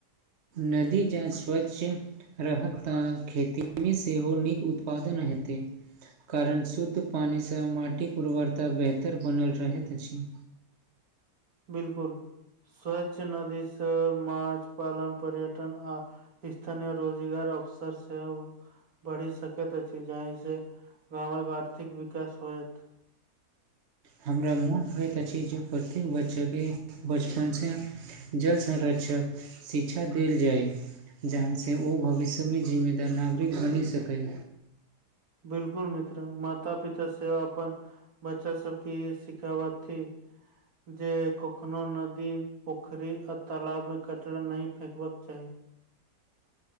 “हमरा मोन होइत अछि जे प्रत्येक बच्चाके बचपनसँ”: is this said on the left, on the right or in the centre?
Right